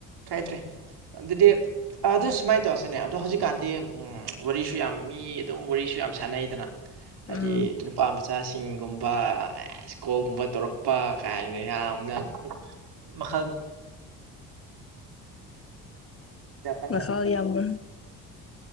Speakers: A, on the right; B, on the left.
A: ꯀꯥꯏꯗ꯭ꯔꯦ ꯑꯗꯨꯗꯤ ꯑꯗꯨ ꯁꯨꯃꯥꯏꯅ ꯇꯧꯔꯁꯤꯅꯦ ꯑꯗꯣ ꯍꯧꯖꯤꯛꯀꯥꯟꯗꯤ ꯎꯝ ꯋꯥꯔꯤꯁꯨ ꯌꯥꯝ ꯃꯤ ꯑꯗꯨꯝ ꯋꯥꯔꯤꯁꯨ ꯌꯥꯝ ꯁꯥꯟꯅꯩꯗꯅ ꯍꯥꯏꯗꯤ
B: ꯎꯝ
A: ꯅꯨꯄꯥ ꯃꯆꯥꯁꯤꯡꯒꯨꯝꯕ ꯁ꯭ꯀꯣꯜꯒꯨꯝꯕ ꯇꯧꯔꯛꯄ ꯀꯥꯏꯅ ꯌꯥꯝꯅ ꯃꯈꯥ ꯀꯟꯅ
B: ꯃꯁ ꯌꯥꯝꯕꯨ